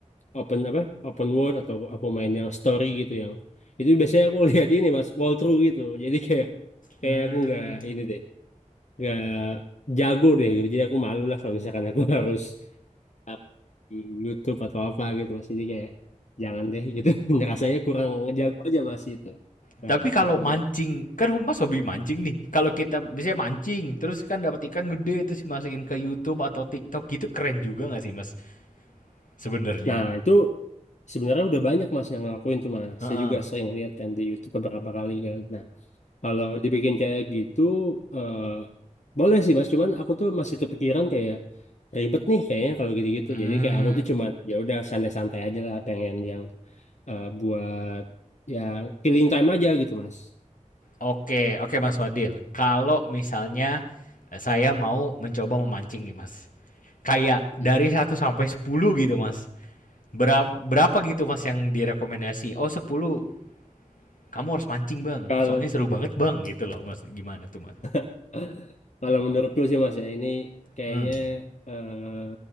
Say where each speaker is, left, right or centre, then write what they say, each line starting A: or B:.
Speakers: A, on the left (about 65°); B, on the left (about 85°).
A: open apa, open world atau aku main yang story gitu yang itu biasanya aku <laughs> lihat ini Mas, walkthrough gitu. Jadi kayak kayak
B: hmm.
A: aku nggak ini deh, nggak jago deh gitu. Jadi aku malu lah kalau misalkan aku <laughs> harus taruh di YouTube atau apa gitu Mas. Jadi kayak jangan deh gitu. <laughs> Rasanya kurang jago aja Mas itu. Nah,
B: Tapi kalau
A: capable.
B: mancing, kan mas hobi mancing nih. Kalau kita bisa mancing, terus kan dapat ikan gede terus dimasukin ke YouTube atau TikTok gitu keren juga nggak sih mas? Sebenarnya.
A: Nah, itu sebenarnya udah banyak Mas yang ngelakuin tuh Mas.
B: Heeh.
A: Saya juga sering lihat kan di YouTube beberapa kali kan. Nah, kalau dibikin kayak gitu eh boleh sih Mas, cuman aku tuh masih kepikiran kayak ribet nih kayaknya kalau gitu-gitu.
B: Hmm.
A: Jadi kayak aku tuh cuman ya udah santai-santai aja lah pengen yang eh, buat yang killing time aja gitu Mas.
B: Oke, oke Mas Wadil. Kalau misalnya eh, saya mau mencoba memancing nih Mas. Kayak
A: Hmm.
B: dari satu sampai 10 gitu Mas. Berapa, berapa gitu Mas yang direkomendasi? Oh 10, kamu harus mancing Bang.
A: Kalau
B: Soalnya seru banget Bang gitu loh Mas. Gimana tuh Mas?
A: <laughs> kalau menurutku sih Mas ya ini kayaknya
B: Hmm.
A: eh